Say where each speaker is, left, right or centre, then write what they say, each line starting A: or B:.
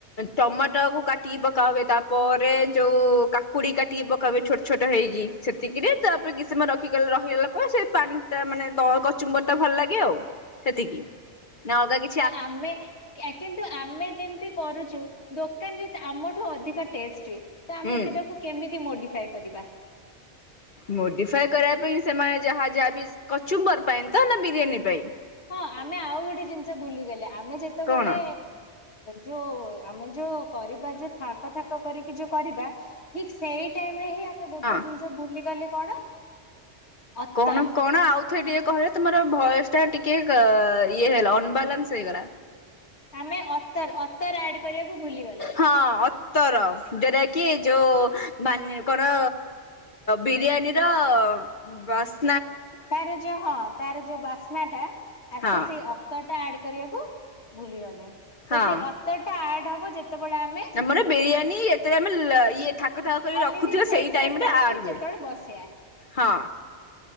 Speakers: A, on the left; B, on the left.
A: ଟମାଟୋକୁ କାଟିକି ପକା ହୁଏ। ତାପରେ ଯୋଉ କା କୁଡ଼ି କାଟିକି ପକାହୁଏ, ଛୋଟ ଛୋଟ ହେଇକି। ସେତିକିରେ ତାପରେ କିଛି ସମୟ ରଖିଗଲା ରହିଗଲା ପରେ ସେ ପା ସେଇଆ ମାନେ ତଳ କଚୁମ୍ବରଟା ଭଲ ଲାଗେ ଆଉ। ସେତିକି ନା ଅଲଗା କି
B: ଆମେ ଏ, କିନ୍ତୁ ଆମେ ଯେମିତି କରୁଛୁ, ଦୋକାନରେ ଆମଠୁ ଅଧିକ ଟେଷ୍ଟ। ତ ଆମେ
A: ହୁଁ।
B: ସେଟାକୁ କେମିତି ମୋଡିଫାଏ କରିବା?
A: ମୋଡିଫାଏ କରିବା ପାଇଁ ସେମାନେ ଯାହା ଯାହାବି କଚୁମ୍ବର ପାଇଁ ତ, ନା ବିରିୟାନୀ ପାଇଁ?
B: ହଁ, ଆମେ ଆଉ ଗୋଟେ ଜିନିଷ ଭୁଲିଗଲେ, ଆମେ ଯେତେବେଳେ
A: କଣ
B: ଯୋଉ ଆମେ ଯୋଉ କରିବା, ଯୋଉ ଥାକ ଥାକ କରିକି ଯୋଉ କରିବା ଠିକ ସେଇ ଟାଇମ ରେ ହିଁ ଆମେ ଗୋଟେ
A: ହଁ।
B: ଜିନିଷ ଭୁଲିଗଲେ, କଣ ଅତର
A: କଣ କଣ ଆଉ ଥେ ଟିକେ କହିଲେ ତମର ଭଏସ ଟା ଟିକେ ଇଏ ହେଲା, ଅନବାଲାନ୍ସ ହେଇଗଲା।
B: ଆମେ ଅତର ଅତର ଆଡ କରିବାକୁ ଭୁଲିଗଲେ।
A: ହଁ ଅତର ଯୋଉଟା କି ଯୋଉ ବାନେ କଣ, ବିରିୟାନୀ ର ବସ
B: ତାର ଯୋଉ ହଁ, ତାର ଯୋଉ ବାସ୍ନାଟା ଆସେ,
A: ହଁ
B: ସେଇ ଅ ଅତଟା ଆଡ କରିବାକୁ ଭୁଲିଗଲେ ତ,
A: ହଁ।
B: ସେଇ ଅତରଟା ଆଡ ହବ ଯେତେବେଳେ ଆମେ
A: ଆମର ବିରିୟାନୀ ଏତିରେ ଆମେ ଲ ଇଏ ଥା କ ଥାକ
B: ଅଲରେଡି
A: ରଖୁଥିବେ,
B: ସେଟ୍
A: ସେଇ
B: ସାଟ୍
A: ଟାଇମରେ
B: କରିକି
A: ଆଡ ହୁଏ,
B: ଯେତେବେଳେ ବସିବା।
A: ହଁ।